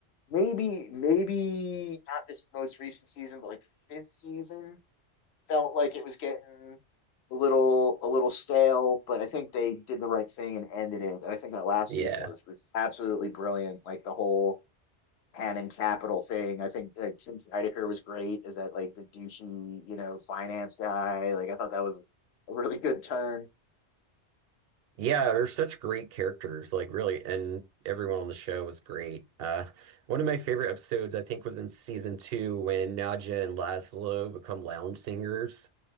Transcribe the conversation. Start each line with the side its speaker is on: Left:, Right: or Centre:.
Left: maybe, maybe not this most recent season, but like the fifth season felt like it was getting a little, a little stale, but I think they did the right thing and ended it. And I think that last
Right: Yeah.
Left: season was, was absolutely brilliant. Like, the whole, Canon Capital thing. I think like Tim Heidecker was great as that like the douchey, you know, finance guy. Like I thought that was a really good turn.
Right: Yeah, they're such great characters, like really, and everyone on the show was great. Uh, one of my favorite episodes, I think, was in season two when Nadja and Laszlo become lounge singers.